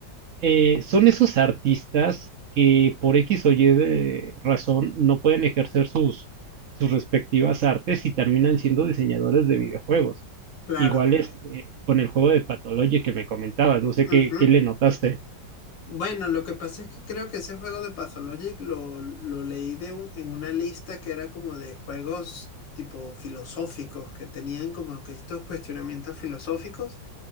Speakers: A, on the right (about 55°); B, on the left (about 80°).
A: eh, son esos artistas que por X o Y de razón no pueden ejercer sus, sus respectivas artes y terminan siendo diseñadores de videojuegos.
B: claro.
A: Igual este, con el juego de Pathologic que me comentabas, no sé qué,
B: Ujú.
A: qué le notaste.
B: Bueno, lo que pasa es que creo que ese juego de Pathologic lo, lo leí de un- en una lista que era como de juegos tipo filosóficos, que tenían como que estos cuestionamientos filosóficos.